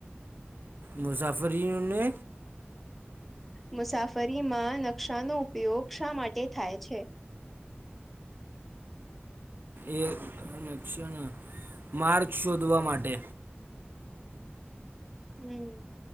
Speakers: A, on the right; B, in the centre.
A: મુસાફરીઓને
B: મુસાફરીમાં નકશાનો ઉપયોગ શા માટે થાય છે?
A: એ નકશા ના માર્ગ શોધવા માટે.
B: હમ,